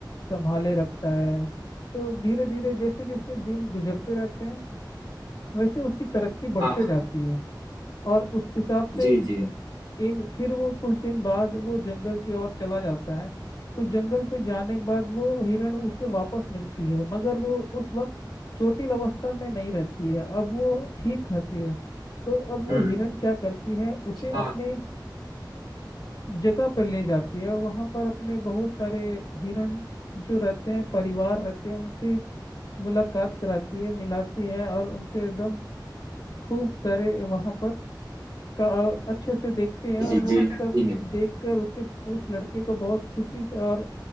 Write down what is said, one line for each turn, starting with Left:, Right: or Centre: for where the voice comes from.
Left: संभाले रखता है तो धीरे धीरे जैसे जैसे दिन गुजरते रहते हैं वैसे उसकी तरक्की बढ़ते
Right: हाँ
Left: जाती है और उस हिसाब से
Right: जी जी
Left: एक फिर वो कुछ दिन बाद वो जंगल की ओर चला जाता है तो जंगल पे जाने के बाद वो हिरण उसे वापस मिलती है मगर वो उस वक्त चोटिल अवस्था में नहीं रहती है अब वो ठीक रहती है तो अब वो
Right: हम्म
Left: हिरण क्या करती है उसे
Right: हाँ
Left: अपने जगह पर ले जाती है और वहां पर अपने बहुत सारे हिरण जो रहते हैं परिवार रहते हैं उनसे मुलाकात कराती है मिलाती है और उनसे एकदम खूब सारे वहां पर का अच्छे से देखते हैं और
Right: जी जी
Left: वो
Right: जी
Left: सब
Right: जी मैम,
Left: देख कर उसके उस लड़के को बहुत खुशी और